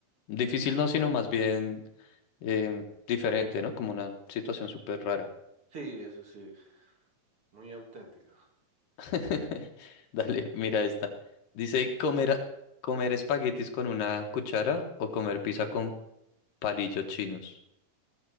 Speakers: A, on the left; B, on the right.
A: difícil no, sino más bien em, diferente, ¿no? Como una situación súper rara.
B: Sí, eso sí, muy auténtica.
A: <laughs> Dale, mira esta. Dice comer, a- comer espaguetis con una cuchara o comer pizza con palillos chinos.